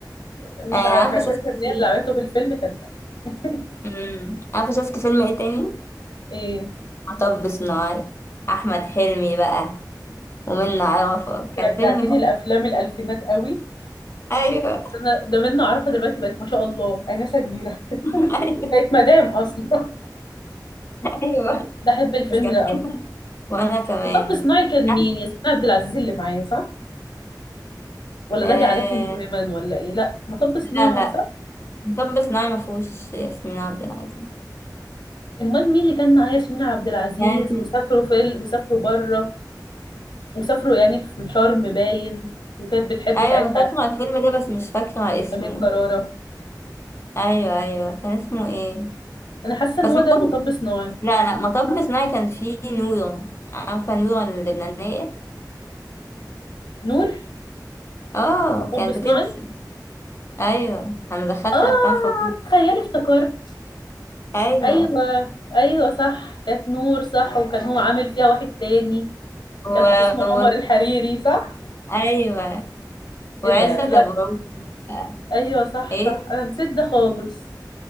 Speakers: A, on the left (about 80°); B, on the left (about 35°).
A: مش
B: آه
A: عارفه
B: عارفة
A: شايفه
B: شفت
A: ان
B: فيلم
A: هي اللي عملته في الفيلم كان <laughs>
B: امم عارفة شفت فيلم ايه تاني
A: ايه
B: مطب صناعي احمد حلمي بقى ومنى عرفة كان
A: رجعتيني
B: فيلم ك-
A: لافلام الالفينات قوي
B: ايوه
A: بس انا ده منا عارفه دلوقتي بقت ما شاء الله انسه كبيره
B: <laughs> ايوه
A: بقت مدام اصلا
B: ايوه
A: <laughs> بحب الفيلم
B: بس كان
A: ده
B: فيلم
A: قوي
B: وانا كمان
A: مطب صناعي كان
B: عارفة؟
A: مين ياسمين عبد العزيز اللي معايا صح ولا
B: آه
A: ده جعلتني مجرما ولا ايه لا مطب صناعي
B: لا لا
A: صح
B: مطب صناعي ما فيهوش ياسمين عبد العزيز
A: امال مين اللي كان معايا ياسمين عبد العزيز
B: كانت
A: وسافروا فيل وسافروا بره وسافروا يعني في شرم باين وكانت بتحب
B: ايوه
A: ساعتها
B: انا فاكرة الفيلم ده بس مش فاكرة اسمه
A: امير كرارة
B: ايوه ايوه كان اسمه ايه
A: انا حاسه ان
B: بس
A: هو
B: مطب
A: ده مطب صناعي
B: لا لا مطب صناعي كان فيه نورة عارفة نورة اللبنانية
A: نور
B: اه
A: مطب
B: كانت بترسم
A: صناعي
B: ايوه انا دخلت
A: اه
B: الافلام في بعض
A: تخيلي افتكرت
B: ايوه
A: ايوه ايوه صح كانت نور صح وكان هو عامل فيها واحد تاني
B: و...
A: كان اسمه عمر
B: و...
A: الحريري صح
B: ايوه وعزت
A: ايه ده لا
B: ابو عوف بقى.
A: ايوه صح
B: ايه
A: صح انا نسيت ده خالص